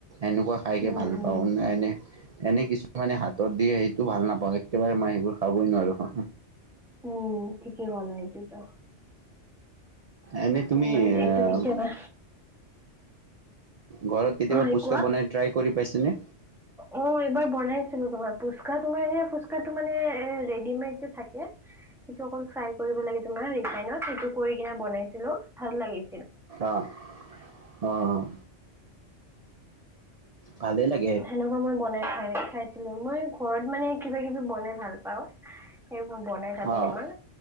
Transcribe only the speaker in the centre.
উম
উম
উম, ঠিকেই গ'ল এই দুটা।
ইমান এইটো
কেতিয়াবা
হয়
কোৱা
অ' এইবাৰ বনাইছিলো তোমাৰ ফুচকা তোমাৰ এই ফুচকাটো মানে এ ৰেডিমেড যে থাকে। সিটো অকল ফ্ৰাই কৰিব লাগে তোমাৰ ৰিফাইনত সেইটো কৰি কিনে বনাইছিলো ভাল লাগি
সেনেকুৱা মই বনাই খাই খাইছিলো মই ঘৰত মানে কিবা কিবি বনাই ভাল পাওঁ। সেই মই বনাই থাকো
তোমাৰ,